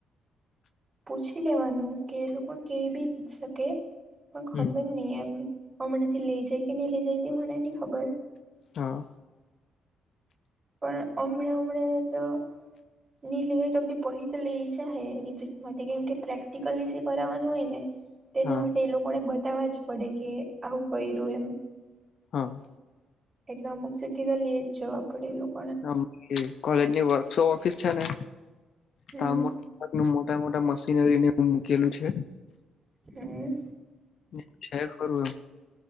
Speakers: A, on the right (about 30°); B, on the left (about 60°).
A: પૂછી લેવાનું કે એ લોકો કે બી શકે પણ ખબર
B: હમ
A: નહી એમ. હમણાંથી લઇ જાય કે નહી લઇ જાય તે મને નઈ ખબર.
B: હા.
A: પણ હમણે હમડે તો. ની લીધટ બી પહી તો લે ઈછા હ એ માટે કેમ કે પ્રેક્ટિકલી જે કરનું હોય ને. તેના
B: હા
A: માટે એ લોકોને બતાવવા જ પડે કે આવું કર્યું એમ.
B: હા.
A: એટલે અમુક સિધી તો લે જવા પડે લોકો.
B: હ કોલેજની વર્કશોપ ઓફિસ છે ને.
A: હમ
B: ત મો ન મોટા મોટા મશીનને મૂકેલું છે.
A: હમ.
B: ન છે ખરું એમ.